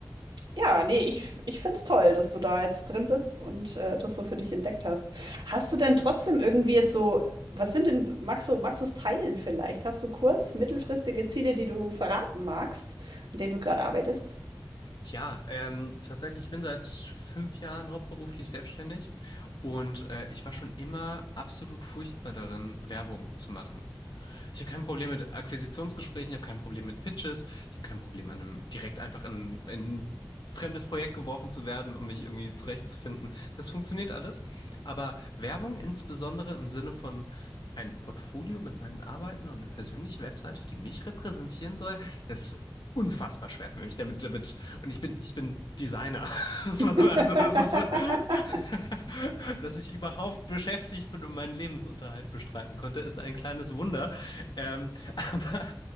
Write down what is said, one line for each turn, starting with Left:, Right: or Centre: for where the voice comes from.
Right: ja, nee, ich ich find's toll, dass du da jetzt drin bist und, äh, das so für dich entdeckt hast. Hast du denn trotzdem irgendwie jetzt so was sind denn magst du magst du's teilen vielleicht? Hast du kurz mittelfristige Ziele, die du verraten magst, an denen du gerade arbeitest?
Left: Ja, ähm, tatsächlich, ich bin seit fünf Jahren hauptberuflich selbstständig und äh, ich war schon immer absolut furchtbar darin, Werbung zu machen. Ich habe kein Problem mit Akquisitionsgesprächen, ich habe kein Problem mit Pitches, ich habe kein Problem, an einem direkt einfach in, in ein fremdes Projekt geworfen zu werden, um mich irgendwie zurechtzufinden. Das funktioniert alles. Aber Werbung insbesondere im Sinne von ein Portfolio mit meinen Arbeiten und eine persönliche Webseite, die mich repräsentieren soll, das ist unfassbar schwer für mich damit, damit, und ich bin, ich bin Designer. <laughs>
Right: <laughs>
Left: So, Also das ist, <laughs> dass ich überhaupt beschäftigt bin und meinen Lebensunterhalt bestreiten konnte, ist ein kleines Wunder. Ähm, <laughs> aber